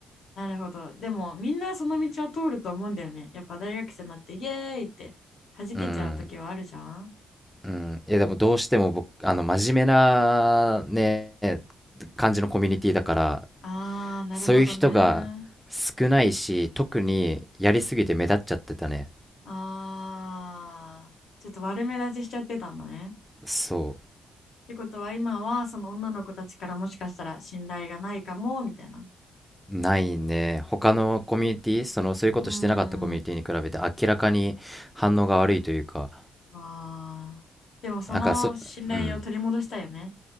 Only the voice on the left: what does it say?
なるほど。でも、みんなその道を通ると思うんだよね。やっぱ大学生になって、イエーイって弾けちゃう時はあるじゃん。
あー、なるほどね。
あー、ちょっと悪目立ちしちゃってたんだね。
ってことは、今はその女の子たちからもしかしたら信頼がないかも、みたいな。
うーん、わー。でも、その信頼を取り戻したいよね、